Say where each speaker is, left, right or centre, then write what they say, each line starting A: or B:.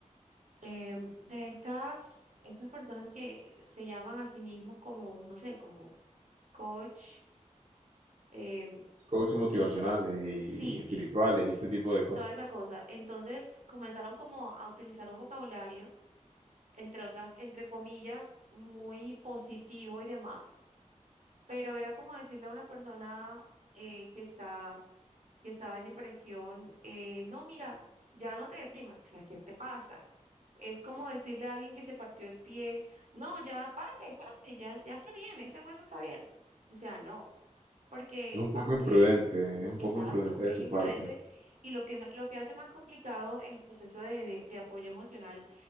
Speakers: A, on the right; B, on the right.
A: em, de estas, estas personas que se llaman a sí mismos como, no sé, como coach, em,
B: Coaches motivacionales
A: y
B: y,
A: sí,
B: y
A: sí,
B: espirituales y este tipo de cosas.
A: toda esa cosa. Entonces comenzaron como a utilizar un vocabulario, entre otras, entre comillas, muy positivo y demás, pero era como decirle a una persona eh, que está que estaba en depresión, eh, no, mira, ya no te deprimas, o sea, ¿qué te pasa? Es como decirle a alguien que se partió el pie, no, ya párate, párate, ya, ya está bien, ese hueso está bien. O sea, no, porque
B: Es un poco
A: aunque,
B: imprudente, es un
A: exacto,
B: poco imprudente
A: es
B: de su
A: imprudente
B: parte.
A: y lo que, ma- lo que hace más complicado el proceso de, de de apoyo emocional